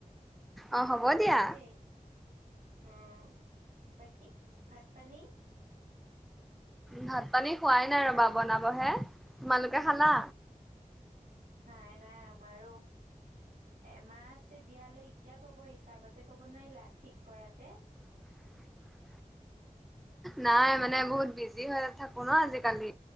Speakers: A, in the centre; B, on the right (about 85°).
A: অ', হ'ব দিয়া।
B: দেই অ', বাকী ভাত-পানী?
A: ভাত-পানী খোৱাই নাই ৰ'বা, বনাবহে। তোমালোকে খালা?
B: নাই - নাই আমাৰো এমাহ আছে বিয়ালে, এতিয়া কব আহিছা। আগতে কব নোৱাৰিলা ঠিক কৰাতে?
A: <inaudible> নাই, মানে বহুত বিজি
B: কা-
A: হৈ থাকোঁ ন' আজিকালি।